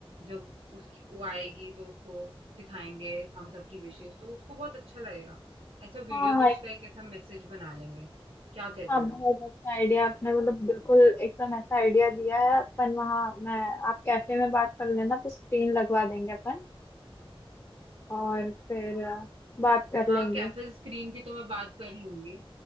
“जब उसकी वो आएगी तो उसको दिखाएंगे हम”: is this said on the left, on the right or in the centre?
Right